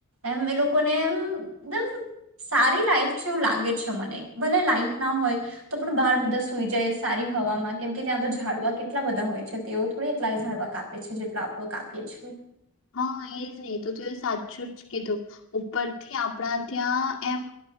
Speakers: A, on the right; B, on the left.
A: એમ એ લોકોને એમ એકદમ સારી લાઈફ છે એવું લાગે છે મને ભલે લાઈટ ના હોય તો પણ બહાર બધા સુઈ જાય સારી હવામાં કેમકે ત્યાં તો ઝાડવા કેટલા બધા હોય છે તેઓ થોડી એટલા ઝાડવા કાપે છે જેટલો આપડો કાપીએ છીએ
B: હા એજ ને એ તો તું એ સાચું જ કીધું ઉપરથી આપણા ત્યાં એમ